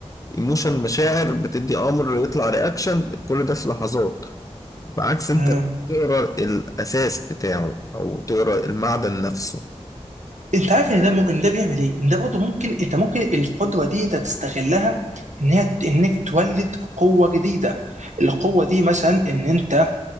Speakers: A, on the left (about 30°); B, on the right (about 85°).
A: ايموشن مشاعر بتدي امر يطلع رياكشن كل ده في لحظات بعكس انت
B: مم.
A: لو تقرا الاساس بتاعه او تقرا المعدن نفسه
B: انت عارف ان ده م... ان ده بيعمل ايه؟ ان ده برضه ممكن انت ممكن القدره دي انت تستغلها ان هي انك تولد قوه جديده. القوه دي مثلا ان انت